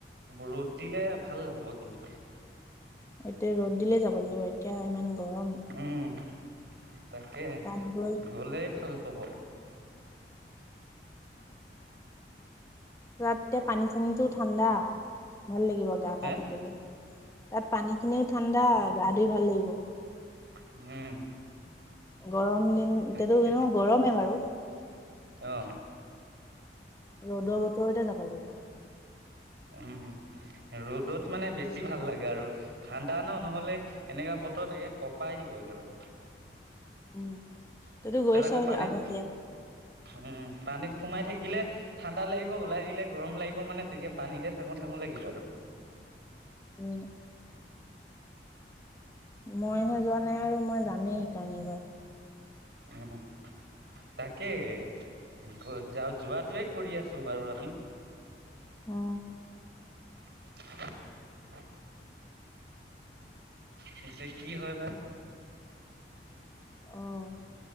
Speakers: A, on the right; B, on the left.
A: ৰ'দ দিলে ভাল হ'ব কিন্তু
B: এতিয়া ৰ'দ দিলে যাব লাগিব এতিয়া ইমান গৰম
A: উম তাকে
B: তাত গৈ
A: গ'লেই ভাল হ'ব
B: তাত এয়া পানী চানীটো ঠাণ্ডা ভাল লাগিব গা পা
A: হে
B: ধুবলৈ তাত পানী কিনিও ঠাণ্ডা গা ধই ভাল লাগিব
A: উম
B: গৰম দিন এতিয়াতো
A: তাকে
B: গৰমে বাৰু
A: অ'
B: ৰ'দৰ বতৰতে যাব লাগিব
A: উম ৰ'দত মানে বেছি ভাল লাগে আৰু ঠাণ্ডা ন নহলে এনেককাা বতৰত তাকে কপাই দিব একেবাৰে
B: উম তইতো গৈছ
A: তাত আকৌ পানীত
B: আগতীয়া
A: উম পানীত সোমাই থাকিলে ঠাণ্ডা লাগিব ওলাই দিলে গৰম লাগিব মানে তেতিয়া পানীতে থঙো থাঙো লাগিব আৰু
B: উম মইহে যোৱা নাই আৰু মই যামেই সেইকাৰণেবাৰ
A: উম তাকেই, গৈ যা যোৱাটোৱে কৰি আছো বাৰু আমি।
B: অঁ।
A: <unintelligible> পিছে কি হয় বা এতিয়া।
B: অঁ,